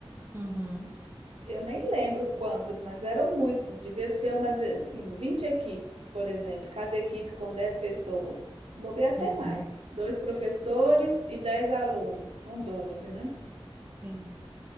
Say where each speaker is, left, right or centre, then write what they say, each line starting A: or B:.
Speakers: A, on the right (about 20°); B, on the right (about 80°).
A: Uhum,
B: Eu nem lembro quantas, mas eram muitas. Devia ser umas, assim, 20 equipes, por exemplo. Cada equipe com 10 pessoas. Se bobear até
A: uhum,
B: mais. Dois professores e 10 alunos. Então, 12, né?
A: sim.